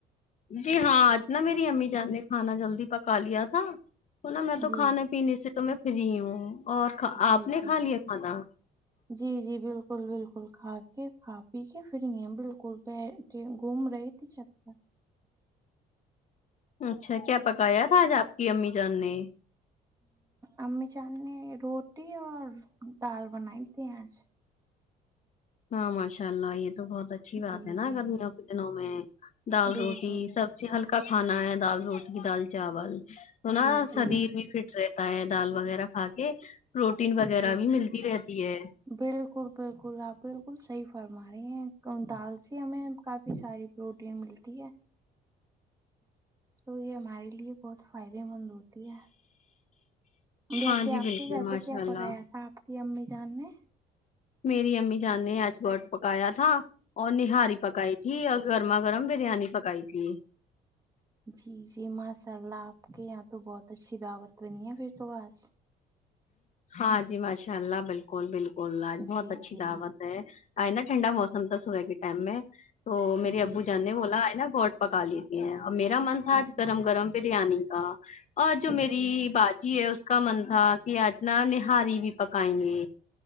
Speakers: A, on the left; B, on the right.
A: جی ہاں آج نا میری امی جان نے کھانا جلدی پکا لیا تھا تو نا میں تو
B: جی
A: کھانے پینے سے تو میں فری ہوں اور
B: جی
A: آپ نے
B: جی
A: کھا لیا کھانا
B: جی جی بالکل بالکل کھا کے کھا پی کے فری ہیں ہم بالکل گوم رہی تھی چھت پر
A: اچھا کیا پکایا تھا آج آپ کی امی جان نے
B: امی جان نے روٹی اور دال بنائی تھی آج
A: ہاں ماشاء اللہ یہ تو بہت اچھی بات
B: جی
A: ہے نا
B: جی
A: گرمیوں کے دنوں میں دال
B: بالکل
A: روٹی سب ہلکا کھانا ہے دال روٹی دال چاول تو
B: جی
A: نا
B: جی
A: شریر بھی فٹ رہتا ہے دال وغیرہ کھا کے پروٹین وغیرہ
B: جی
A: بھی ملتی رہتی ہے
B: بالکل بالکل آپ بالکل صحیح فرما رہی ہیں دالسی ہمیں کافی ساری پروٹین ملتی ہے تو یہ ہمارے لیے بہت فائدے مند ہوتی ہے ویسے
A: ہاں جی
B: آپ
A: بالکل
B: کے گھر پہ
A: ماشاء
B: کیا
A: اللہ
B: پکایا تھا آپ کی امی جان نے
A: میری امی جان نے آج بٹ پکایا تھا اور نہاری پکائی تھی اور گرما گرم بریانی پکائی تھی
B: جی جی ماشاء اللہ آپ کے یہاں تو بہت اچھی دعوت بنی ہے پھر تو آج
A: ہاں جی ماشاء اللہ بالکل بالکل لاج بہت
B: جی
A: اچھی
B: جی
A: طاقت ا ٹنڈا موسم تھا صبح کے ٹم ہے تو میری
B: جی
A: ابو جان
B: جی
A: نے بولا ہے نا گوٹ پکا لیتی ہیں اور میرا من تھا
B: جی
A: گرم گرم بریانی کا اور جو میری
B: جی
A: باجی ہے کا من تھا کہ آج نا نہاری بھی پکائیں گے